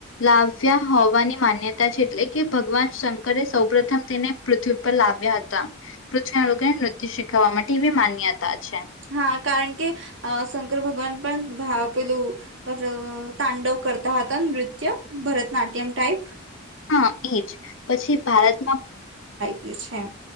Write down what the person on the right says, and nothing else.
હા કારણ કે શંકર ભગવાન પણ પેલું તાંડવ કરતા હતા, નૃત્ય ભરતનાટ્યમ ટાઈપ.
જે છે એ.